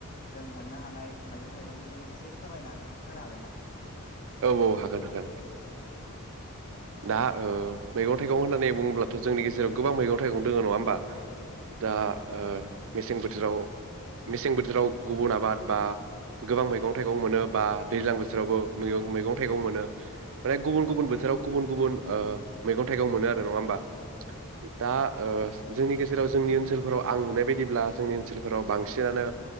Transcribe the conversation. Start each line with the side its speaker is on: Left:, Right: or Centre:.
Left: जों मोननो हानाय मैगं थाइगंनि एसे फोरमायनानै होनो हागोन ना?
Right: औ औ हागोन हागोन
Left: औ
Right: दा ओ मैगं थाइगं होननानै बुङोब्लाथ' जोंनि गेजेराव गोबां मैगं थाइगं दङ नङा होमबा दा ओ मेसें बोथोराव मेसें बोथोराव गुबुन आबाद बा गोबां मैगं थाइगं मोनो बा दैज्लां बोथोरावबोै मैगं थाइगं मोनो माने गुबुन
Left: औ
Right: गुबुन बोथोराव गुबुन गुबुन ओ मैगं थाइगं मोनो आरो नङा होमबा दा ओ जोंनि गेजेराव जोंनि ओनसोल ओनसोलफोराव आं नुनाय बायदिब्ला जोंनि ओनसोलफोराव बांसिनानो